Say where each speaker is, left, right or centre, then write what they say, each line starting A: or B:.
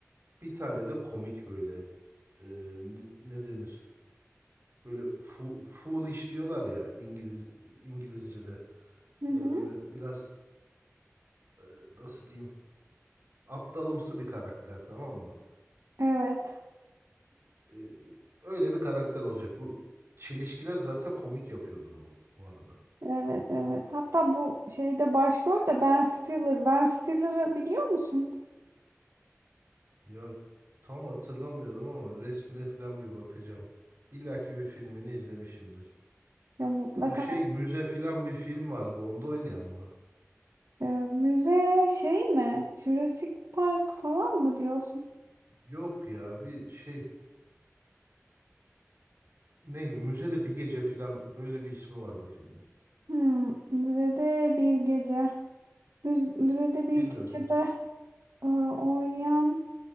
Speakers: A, on the right; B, on the right.
A: Bir tane de komik böyle e, ne ne denir? Böyle fu- foolish diyorlar ya İngiliz İngilizce'de.
B: Hı
A: Yani
B: hı.
A: böyle biraz e, nasıl diyeyim aptalımsı bir karakter tamam mı?
B: Evet.
A: E, öyle bir karakter olacak. Bu çelişkiler zaten komik yapıyordur bu bu arada.
B: Evet evet. Hatta bu şeyde başrol de Ben Stiller. Ben Stiller'ı biliyor musun?
A: Ya tam hatırlamıyorum ama resmine falan bir bakacağım. İlla ki bir filmini izlemişimdir.
B: Ya mutlaka.
A: Bu şey müze falan bir film vardı. Onda oynayan mı?
B: Ee, müze şey mi? Jurassic Park falan mı diyorsun?
A: Yok ya bir şey ne bir müzede bir gece falan öyle bir ismi vardı filmin.
B: Hmm, müzede bir gece. Müz- müzede bir
A: Bilmiyorum.
B: gecede e, oynayan